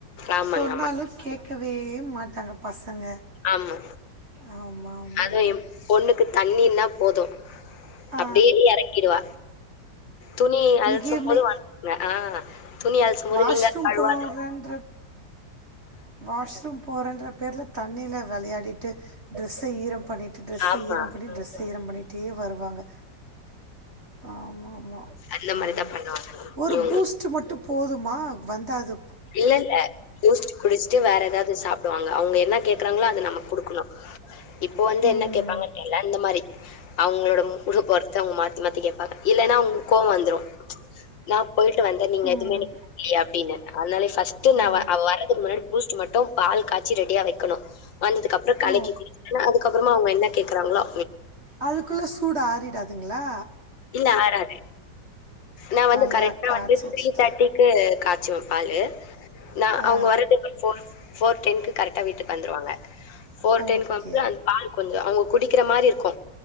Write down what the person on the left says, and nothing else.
ஆமாங்க
ஆமா.
ஆமா.
அதுவும்
என் பொண்ணுக்கு தண்ணின்னா போதும்
அப்படியே இறக்கிடுவா துணி அலச்சும்
போது வான்னு ஆ துணி அழசும் போது
நீங்க கழுவாதும்ப
ஆமா.
அந்த
மாரி தான் பண்ணுவாங்க.
இவங்க
இல்ல இல்ல பூஸ்ட் குடிச் சு வேற ஏதாவது சாப்படுவாங்க அவங்க என்ன கேக்குறாங்களோ அது நம்ம குடுக்கணும் இப்போ வந்து
என்ன கேட்பாங்கன்னு தெரில்ல இந்த மாரி அவுங்களோட மூடு பொறுத்து அவுங்க மாத்தி மாத்தி கேப்பாங்க இல்ன்னா அவுங்க கோவம் வந்துரும் நான் போயிட்டு வந்த நீங்க
எதுவுமே அப்படின்னு அதனால ஃபஸ்ட் ந
அவ வரதுக்கு முன்னாடி பூஸ்ட் மட்டும் பால் கா ச்சுரெடியா வைக்கணு ஆன்துக்கு அப்புறோ கலக்கி
குடிப்ப ன அது அப்புறோமா அவ்ங்க என்ன கேக்குறாங்களோ
இல்ல ஆறாறு நா வந்து
கரெக்டா
வந்து
த்ரீ தேர்ட்டிக்கு காய்சுவன் பாலு அ நான்
அவ்ங்க வர்றது போ போ டென்க்கு கரெக்டா வீட்டுக்கு வந்துருவாங்க போர் டைம்
வந்துட்டு
அந்த பால் கொஞ்சோ அவுங் குடிக்கிற மாரி இருக்கு